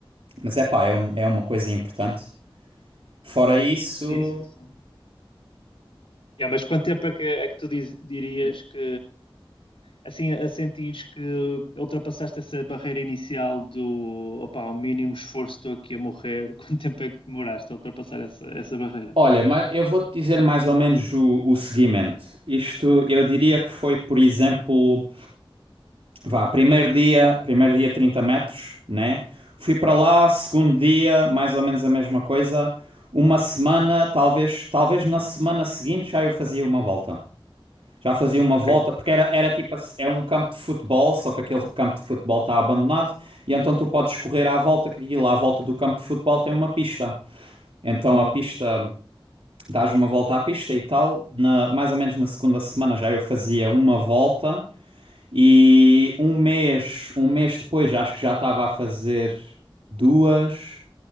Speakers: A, on the right (about 85°); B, on the left (about 80°).
A: mas é pá, é, um- é uma coisa importante. Fora isso,
B: Sim, sim, sim. Yeah, mas quanto tempo é que, é que tu diz- dirias que assim a sentires que ultrapassaste essa barreira inicial do opá, ao mínimo esforço estou aqui a morrer, <laughs> quanto tempo é que demoraste a ultrapassar essa, essa barreira?
A: olha, mas eu vou-te dizer mais ou menos o, o seguimento. Isto eu diria que foi, por exemplo, vá, primeiro dia, primeiro dia 30 metros, né? Fui para lá, segundo dia, mais ou menos a mesma coisa. Uma semana, talvez, talvez na semana seguinte já eu fazia uma volta. Já fazia uma
B: Ok.
A: volta, porque era, era tipo, assim, é um campo de futebol, só que aquele campo de futebol está abandonado, e então tu podes correr à volta, que aquilo à volta do campo de futebol tem uma pista. Então
B: Uhum.
A: a pista. dás uma volta à pista e tal. Na, mais ou menos na segunda semana já eu fazia uma volta e um mês, um mês depois já acho que já estava a fazer duas,